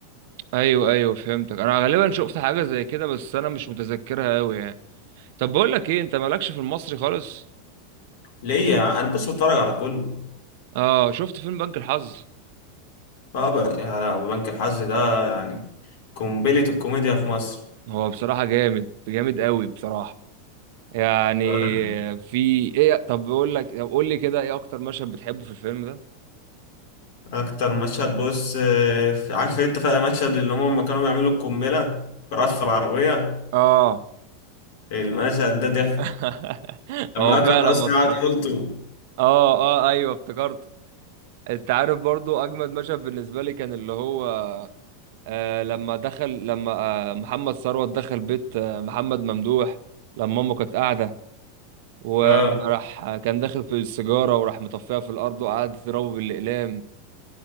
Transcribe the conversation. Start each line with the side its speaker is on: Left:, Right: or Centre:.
Right: ايوه ايوه فهمتك انا غالبا شفت حاجه زي كده بس انا مش متذكرها قوي يعني طب بقول لك ايه انت مالكش في المصري خالص
Left: ليه انا بص بتفرج على كله
Right: اه شفت فيلم بنك الحظ
Left: اه بقى يا لهوي بنك الحظ ده يعني قنبلة الكوميديا في مصر
Right: هو بصراحه جامد جامد قوي بصراحه يعني
Left: آه،
Right: في ايه طب بقول لك طب قول لي كده ايه اكتر مشهد بتحبه في الفيلم ده
Left: أكتر مشهد بص آه، عارف أنت فاكر المشهد اللي هم لما كانوا بيعملوا القنبلة رأس في العربية
Right: اه
Left: المشهد ده ضحك
Right: <laughs>
Left: لما
Right: هو
Left: أكرم
Right: فعلا
Left: حسني
Right: مسخره
Left: قعد يقول تو
Right: اه اه ايوه افتكرته انت عارف برضو اجمد مشهد بالنسبه لي كان اللي هو آه لما دخل لما آه محمد ثروت دخل بيت آه محمد ممدوح لما امه كانت قاعده وراح
Left: اه
Right: آه، كان داخل في السيجاره وراح مطفيها في الارض وقعد تضربه بالاقلام